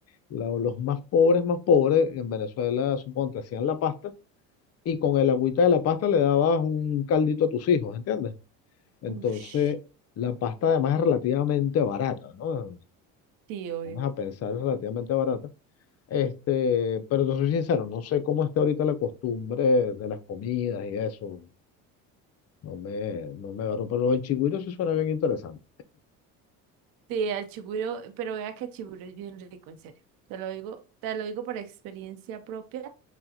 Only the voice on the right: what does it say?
Ush,
sí, obvio.
Sí, al chiguro, pero vea que el chiguro es bien rico, en serio. Te lo digo, te lo digo por experiencia propia,